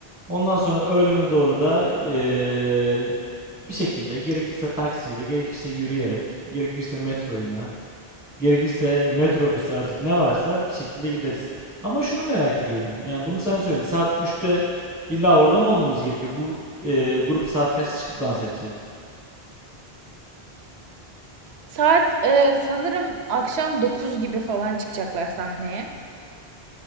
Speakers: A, in the centre; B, on the right.
A: Ondan sonra öğlene doğru da ee, bir şekilde gerekirse taksiyle, gerekirse yürüyerek, gerekirse metroyla. Gerekirse metrobüste artık ne varsa bir şekilde gideriz. Ama şunu merak ediyorum. Yani bunu sen söyle. Saat üçte illa orada mı olmamız gerekiyor? Bu e, grup saat kaçta çıkıp dans edecek?
B: Saat e, sanırım akşam 9 gibi falan çıkacaklar sahneye.